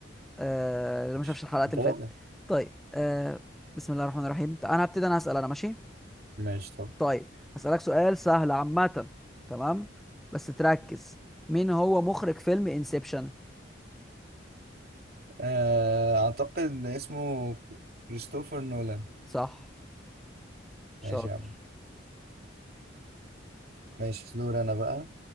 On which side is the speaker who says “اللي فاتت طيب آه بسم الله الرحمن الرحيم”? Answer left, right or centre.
Centre